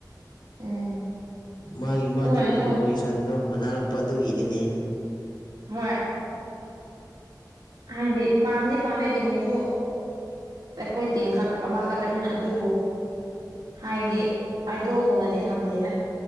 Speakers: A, on the right; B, on the left.
A: ꯎꯝ
B: ꯃꯥꯒꯤ ꯃꯥꯕꯥꯅꯤ
A: ꯑꯗꯨ ꯑꯣꯏꯔꯁꯨ
B: ꯄꯣꯖꯤꯁꯟꯗꯣ ꯃꯅꯥꯔꯛꯄ ꯑꯗꯨꯒꯤꯅꯤꯅꯦ
A: ꯍꯣꯏ ꯍꯥꯏꯗꯤ ꯄꯥꯝꯅꯤ ꯄꯥꯝꯃꯦ ꯕꯤꯅꯤꯁꯨ ꯎ ꯑꯩꯈꯣꯏ ꯇꯤꯝ ꯈꯛꯇ ꯑꯃꯈꯛꯇꯅꯤꯅ ꯑꯗꯨꯕꯨ ꯍꯥꯏꯗꯤ ꯑꯥꯏꯗꯣꯒꯨꯝꯅꯗꯤ ꯊꯝꯗꯦꯗ